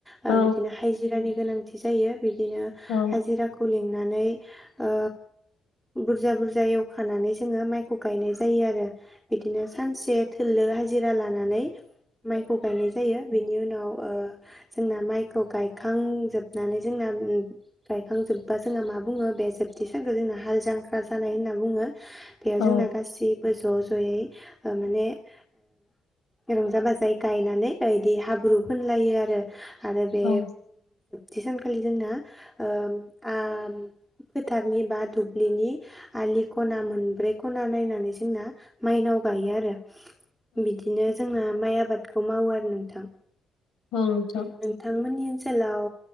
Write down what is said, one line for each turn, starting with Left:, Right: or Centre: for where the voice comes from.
Centre: ओ
Left: औ
Centre: बिदिनो हायजो बेनि गोनांथि जायो बि बिदिनो
Left: औ
Centre: हाजिराखौ लिं बुनानै ओ बुरजा बुरजा एवखानानै जोङो माइखौ गायनाय जायो आरो बिदिनो सानसेट लो हाजिरा लानानै माइखौ गायनाय जायो बेनि उनाव ओ जोंना माइखौ गायखांजोबनानै जोंना ओ गायखांजोबबा जोंहा मा बुङो बे जोबथि सानखौ जोंना हाल जांख्रा जानाय होनना बुङो। बेयाव
Left: औ
Centre: जोंना गासैबो ज ज ओ माने ओ रंजा बाजायै गायनानै बायदि हाब्रु फोनलायो आरो आरो बे
Left: औ
Centre: जे सानखालि जोंना ओ आ फोथारनि बा दुब्लिनि आलि खना मोनब्रै खना नायनानै जोंना माइनाव गायो आरो बिदिनो जोंना माइ आबाद आबादखौ मावो आरो नोंथां।
Left: नोंथां
Centre: नोंथांमोननि ओनसोलाव